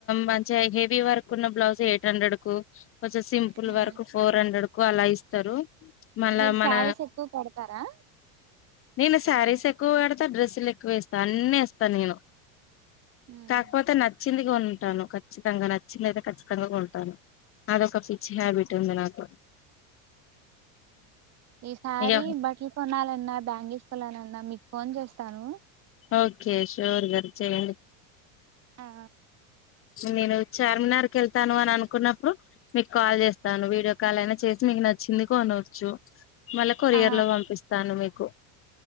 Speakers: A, on the left (about 30°); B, on the right (about 35°).
A: మంచిగ హెవీ వరకు ఉన్న బ్లౌజ్ ఎయిట్ హండ్రెడ్ కు కొంచెం సింపుల్
B: హ్మ్
A: వరకు ఫోర్ హండ్రెడ్ క్కు అలా ఇస్తారు మళ్ళా
B: మీరు
A: మన
B: శారీస్ ఎక్కువ కడుతారా
A: నేను శారీస్ ఎక్కువ కడుతా డ్రెస్సులేక్కువ వేస్తా అన్ని వేస్తా నేను
B: హ్మ్
A: కాకపోతే నచ్చింది కొంటాను ఖచ్చితంగా నచ్చింది అయితే ఖచ్చితంగా కొంటాను అదొక పిచ్చి హ్యాబిట్ ఉంది నాకు
B: ఈసారి
A: ఇక
B: బట్టలు కొనాలన్నా బ్యాంగీస్ కొనాలన్నా మీకు ఫోన్ చేస్తాను
A: ఓకే ష్యూర్ గ చెయండి
B: ఆ
A: నేను చార్మినార్ కేళ్తాను అని అనుకున్నప్పుడు మీకు కాల్ చేస్తాను వీడియో కాల్ అయినా చేసిి మీకు నచ్చింది కొనోచ్చు మళ్ళా కొరియర్
B: ఆహా,
A: లో పంపిస్తాను మీకు